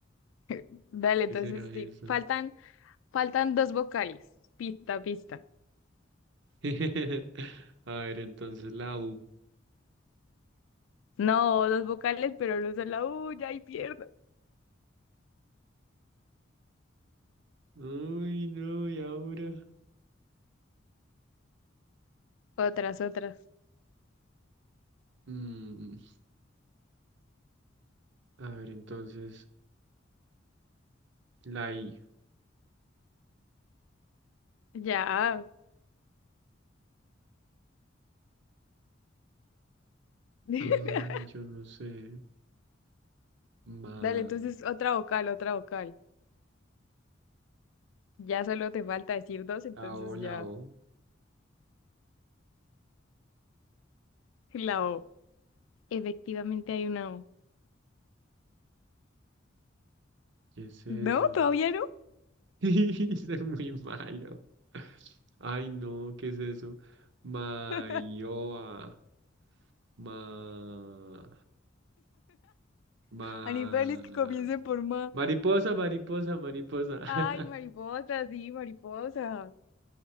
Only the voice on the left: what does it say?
Dale,
entonces
sí. Faltan, faltan dos vocales. Pista, pista.
No, dos vocales, pero no son la U, ya ahí pierdo.
Otras, otras.
Ya. <laughs>
Dale, entonces otra vocal, otra vocal. Ya solo te falta decir dos, entonces
ya.
La O. Efectivamente hay una O.
No, todavía no.
<laughs>
Animales que comiencen por ma.
Ay, mariposa, sí, mariposa.